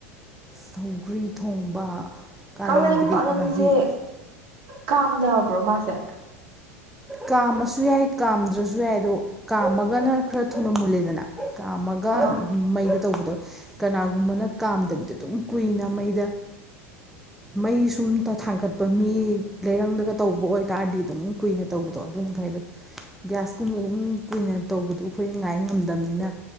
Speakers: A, in the centre; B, on the right.
A: ꯁꯧꯒ꯭ꯔꯤ ꯊꯣꯡꯕ ꯀꯥꯂꯦꯟꯒꯤꯗꯤ
B: ꯀꯪꯂꯥ ꯄꯥꯛꯅꯝꯁꯦ
A: ꯃꯍꯤ
B: ꯀꯥꯝꯅꯕ꯭ꯔꯣ ꯃꯥꯁꯦ
A: ꯀꯥꯝꯃꯁꯨ ꯌꯥꯏ ꯀꯥꯝꯗ꯭ꯔꯁꯨ ꯌꯥꯏ ꯑꯗꯣ ꯀꯥꯝꯃꯒꯅ ꯈꯔ ꯊꯨꯅ ꯃꯨꯜꯂꯦꯗꯅ ꯀꯥꯝꯃꯒ
B: ꯑ ꯑꯣ
A: ꯃꯩꯗ ꯇꯧꯕꯗꯣ ꯀꯅꯥꯒꯨꯝꯕꯅ ꯀꯥꯝꯗꯕꯤꯗ ꯑꯗꯨꯝ ꯀꯨꯏꯅ ꯃꯩꯗ ꯃꯩ ꯁꯨꯝꯇ ꯊꯥꯡꯒꯠꯄ ꯃꯤ ꯂꯩꯔꯪꯗꯒ ꯇꯧꯕ ꯑꯣꯏꯇꯥꯥꯔꯗꯤ ꯑꯗꯨꯝ ꯀꯨꯏꯅꯗ ꯇꯧꯕꯗꯣ ꯑꯗꯨꯅ ꯐꯩ ꯑꯣ ꯒ꯭ꯌꯥꯁꯀꯨꯝꯕ ꯑꯗꯨꯝ ꯀꯨꯏꯅ ꯇꯧꯕꯗꯨꯣ ꯑꯩꯈꯣꯏ ꯉꯥꯏ ꯉꯝꯗꯦ ꯄꯕꯅꯤꯅ